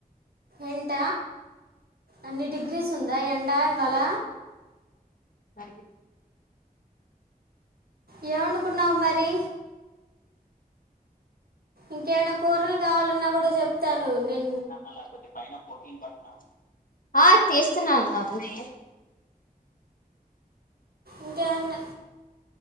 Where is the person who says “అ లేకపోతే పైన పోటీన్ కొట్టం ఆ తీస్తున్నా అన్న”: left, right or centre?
Left